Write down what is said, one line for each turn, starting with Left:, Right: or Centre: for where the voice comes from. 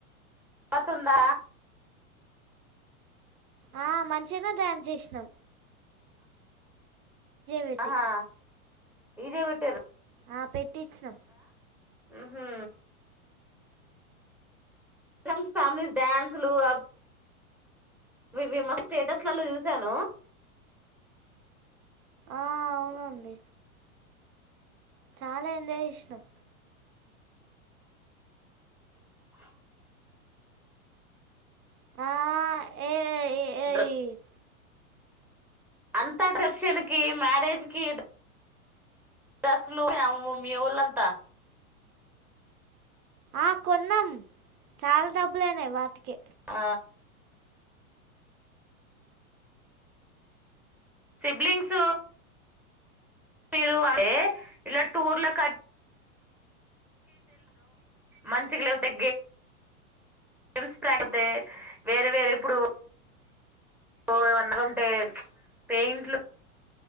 Centre: దావతుందా
Right: ఆ మంచిగనే డ్యాన్స్ చేసినం పెట్టి
Centre: ఆహా డీజే పెట్టింరా
Right: ఆ పెట్ పెట్పిచినం
Centre: ఆహా వెకమ్స్ ఫ్యామిలీస్ డ్యాన్సులు అ అవి ఇవి మా స్టేటస్లలో చూసాను.
Right: ఆ అవునండి. చాలా ఎంజాయ్ చేస్నం
Centre: <inaudible>
Right: ఆ ఏ ఏ- ఏ-
Centre: డ్ర అంత రిసెప్షన్కి, మ్యారేజ్కి స్లు <unintelligible> మీ ఒళ్ళంతా
Right: ఆ కొన్నాం చాలా డబ్బులు అయినయి వాటికే
Centre: ఆ సిబ్లింగ్స్ మీరు అంటే ఇలా టూర్ల కట్ మంచిగా లేకపోతే గేమ్స్ ప్రాకపోతే వేరే వేరే ఇప్పుడు ఏమన్నా ఉంటే పెయింట్లు